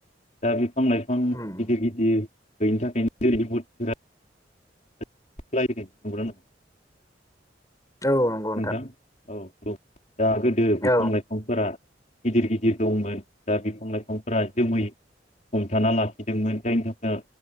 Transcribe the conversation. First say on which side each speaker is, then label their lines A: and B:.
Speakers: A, on the left; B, on the left.
A: दा बिफां लाइफां
B: उम
A: गिदिर गिदिर गैयैनि थाखायनो दिनैनि बोथोरा <unintelligible>
B: औ नंगौ
A: नोंथां औ औ दा गोदो बिफां
B: औ
A: लाइफांफोरा गिदिर गिदिर दंमोन दा बिफां लाइफांफोरा जोमै हमथाना लाखिदोंमोन जायनि थाखाय